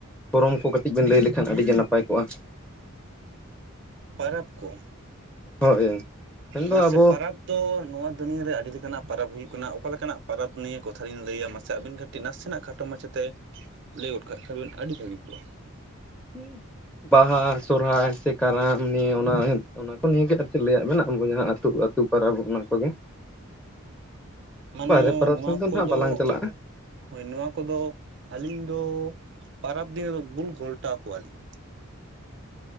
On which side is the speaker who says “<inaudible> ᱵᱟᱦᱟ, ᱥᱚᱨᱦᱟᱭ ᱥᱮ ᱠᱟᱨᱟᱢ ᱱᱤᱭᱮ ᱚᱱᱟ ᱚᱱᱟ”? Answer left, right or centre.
Centre